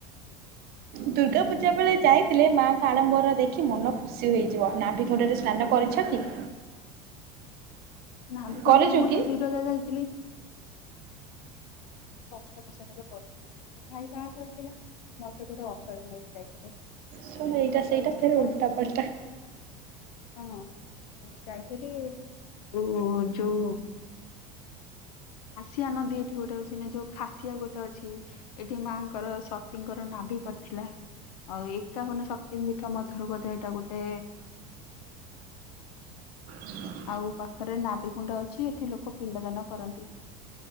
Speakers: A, on the right (about 55°); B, on the left (about 90°).
A: ଦୁର୍ଗା ପୂଜା ବେଳେ ଯାଇଥିଲେ ମାଆ କ ଆଡ଼ମ୍ବର ଦେଖି ମନ ଖୁସି ହୋଇଯିବ। ନାଭିଡକୁଣ୍ଡରେ ସ୍ନାନ କରିଛନ୍ତି?
B: ନାଭି କୁଣ୍ଡରେ
A: କରିଛୁ
B: ମୁଁ
A: କି?
B: ତ ବି ଦଦା ଯାଇଥିଲେ <unintelligible> ମୋ ଭାଇ ବାହାଘର ଥିଲା। ମତେ ଗୋଟେ ଅଟୋରେ ନେଇକି ଯାଇଥିଲେ।
A: ଶୁଣ
B: ଆଉ
A: ଏଇଟା
B: ଜବରଦସ୍ତି
A: ସେଇଟା ଫେରେ
B: ଯାଇଥିଲି।
A: ଉଲଟା ପଲଟା
B: ହଁ, ଯାଇଥିଲି ଓ ଯୋଉ ହାସିଆ ନଦୀ ଏଠି ଗୋଟେ ଅଛି ନା ଯୋଉ ଖାସିଆ ଗୋଟେ ଅଛି ଏଠି ମାଆଙ୍କର ସତୀଙ୍କର ନାଭି ପଡିଥିଲା। ଆଉ ଏକାବନ ଶକ୍ତି ମୀଠ ମଧ୍ୟ ଏଇଟା ଗୋଟେ।
A: ହଁ <unintelligible>
B: ଆଉ ପାଖରେ ନାଭିକୁୁଣ୍ଡ ଅଛି ଏଠି ଲୋକ ପିଣ୍ଡ ଦାନ କରନ୍ତି।